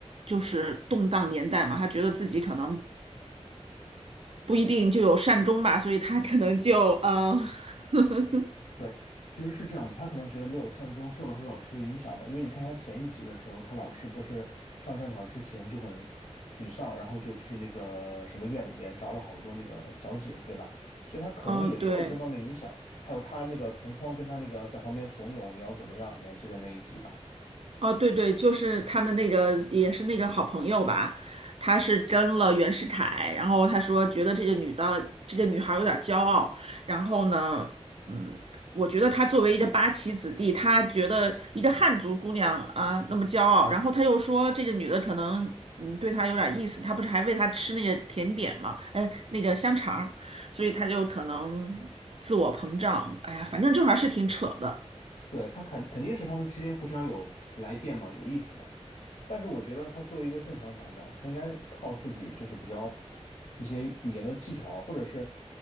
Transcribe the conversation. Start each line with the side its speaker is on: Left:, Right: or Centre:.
Right: 就是动荡年代嘛，他觉得自己可能不一定就有善终吧，所以他可能就呃。<laughs>
Left: 对，其实是这样子，他可能觉得没有善终，受了他老师的影响吧，因为你看他前一集的时候，他老师不是上战场之前就很沮丧，然后就去那个什么院里面找了好多那个小姐，对吧？所以他可能也受了这方面影响，
Right: 嗯，对，
Left: 还有他那个同窗跟他那个在旁边怂恿你要怎么样，你还记得那一集吧？
Right: 哦，对对，就是他的那个，也是那个好朋友吧，他是跟了袁世凯，然后他说觉得这个女的，这个女孩儿有点儿骄傲，然后呢，嗯，我觉得他作为一个八旗子弟，他觉得一个汉族姑娘啊那么骄傲，然后他又说这个女的可能嗯对他有点儿意思，他不是还喂他吃那个甜点嘛，哎，那个香肠儿所以他就可能自我膨胀，哎呀，反正这玩意儿是挺扯的。
Left: 对，他肯肯定是他们之间互相有来电嘛，有意思嘛。但是我觉得他作为一个正常男的，他应该靠自己，就是比较一些语言的技巧啊，或者是